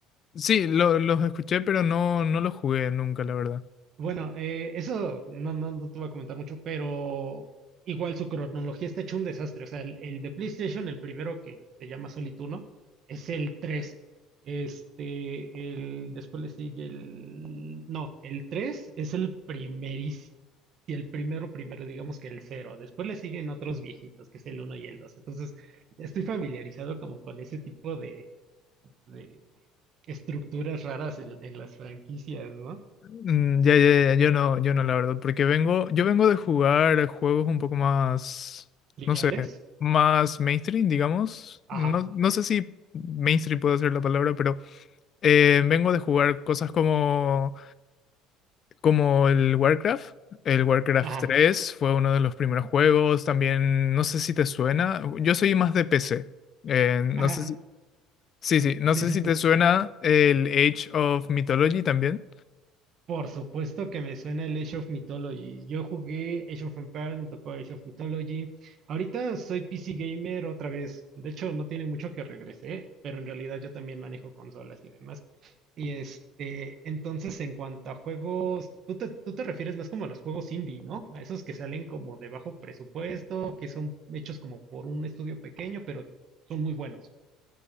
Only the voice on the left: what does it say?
sí, lo- los escuché, pero no, no los jugué nunca, la verdad.
Mm, ya, ya, ya, yo no, yo no, la verdad, porque vengo, yo vengo de jugar juegos un poco más,
no sé, más mainstream, digamos.
No, no sé si mainstream puedo ser la palabra, pero eh, vengo de jugar cosas como, como el Warcraft. El Warcraft
tres fue uno de los primeros juegos, también, no sé si te suena, yo soy más de PC. Eh, no
sé
si, Sí, sí, no
sé
si
te
suena el Age of Mythology también.